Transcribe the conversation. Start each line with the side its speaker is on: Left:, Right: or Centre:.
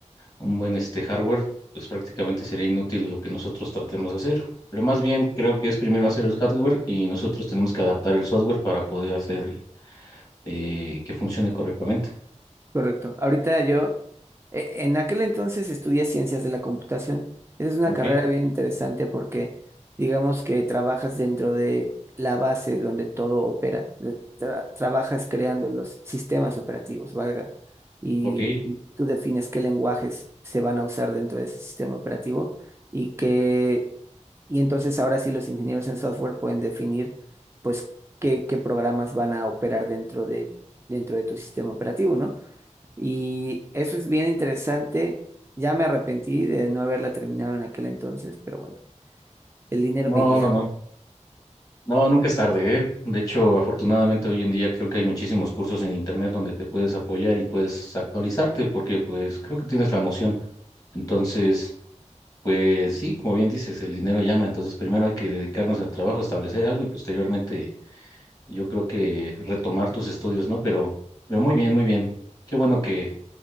Left: un buen este hardware, pues prácticamente sería inútil lo que nosotros tratemos de hacer. Pero más bien creo que es primero hacer el hardware y nosotros tenemos que adaptar el software para poder hacer eh, que funcione correctamente.
Right: Correcto. Ahorita yo, e- en aquel entonces estudié ciencias de la computación. Esa es una
Left: Ok,
Right: carrera bien interesante porque digamos que trabajas dentro de la base donde todo opera. de- tra- trabajas creando los sistemas operativos, valga. Y,
Left: ok.
Right: y tú defines qué lenguajes se van a usar dentro de ese sistema operativo y qué Y entonces ahora sí los ingenieros en software pueden definir pues qué, qué programas van a operar dentro de, dentro de tu sistema operativo, ¿no? Y eso es bien interesante. Ya me arrepentí de no haberla terminado en aquel entonces, pero bueno, el dinero
Left: No,
Right: me guía.
Left: no, no. No, nunca es tarde, ¿eh? De hecho, afortunadamente hoy en día creo que hay muchísimos cursos en internet donde te puedes apoyar y puedes actualizarte porque pues creo que tienes la noción. Entonces, pues sí, como bien dices, el dinero llama. Entonces, primero hay que dedicarnos al trabajo, establecer algo y posteriormente yo creo que retomar tus estudios, ¿no? Pero, pero muy bien, muy bien. Qué bueno que,